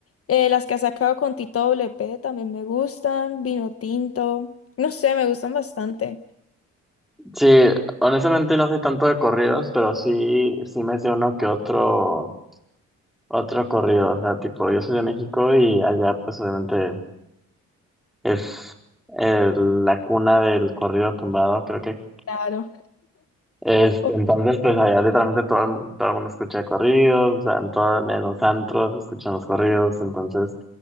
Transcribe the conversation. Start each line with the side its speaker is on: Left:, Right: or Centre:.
Left: Eh, las que ha sacado con Tito W P también me gustan, Vino Tinto, no sé, me gustan bastante.
Centre: Sí, honestamente no soy tanto de corridos, pero sí, sí me sé uno que otro, otro corrido. O sea, tipo, yo soy de México y allá pues obviamente es el- la cuna del corrido tumbado, creo que.
Left: Claro.
Centre: Este,
Left: Oh,
Centre: entonces pues allá literalmente todo, el- todo el mundo escucha corridos, o sea, en, todo- en los antros escuchan los corridos, entonces